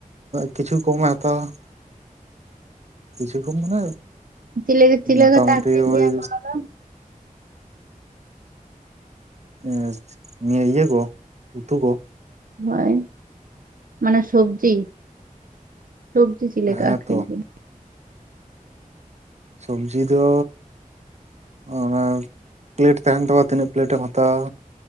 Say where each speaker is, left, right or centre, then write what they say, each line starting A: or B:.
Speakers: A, on the right (about 50°); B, on the right (about 75°).
A: ᱠᱤᱪᱷᱩ ᱠᱚᱢᱮ ᱦᱟᱛᱟᱣ- ᱟ ᱠᱤᱪᱷᱩ ᱠᱚᱢ ᱢᱟᱱᱮ
B: ᱪᱤᱞᱤ ᱪᱤᱞᱤ
A: ᱢᱳᱚᱴᱟᱢᱩᱴᱤ
B: ᱠᱟᱛᱮ ᱟᱠᱷᱨᱤᱧ
A: ᱳᱭ
B: ᱜᱮᱭᱟ ᱠᱚ ᱚᱱᱟ ᱫᱚ
A: ᱮᱸ ᱱᱤᱭᱟᱹ ᱤᱭᱟᱹ ᱠᱚ ᱩᱛᱩ ᱠᱚ
B: ᱦᱳᱭ ᱢᱟᱱᱮ ᱥᱚᱵᱡᱤ ᱥᱚᱵᱡᱤ ᱪᱮᱫᱞᱮᱠᱟ
A: ᱦᱮᱸ
B: ᱟ. ᱠᱷᱨᱤᱧ
A: ᱛᱚ
B: ᱵᱤᱱ
A: ᱥᱚᱵᱡᱤ ᱫᱚ ᱚᱱᱟ ᱯᱞᱮᱴ ᱛᱟᱦᱮᱱ ᱛᱟᱢᱟ ᱛᱤᱱᱟᱹᱜ ᱯᱞᱮᱴ ᱮᱢ ᱦᱟᱛᱟᱣᱟ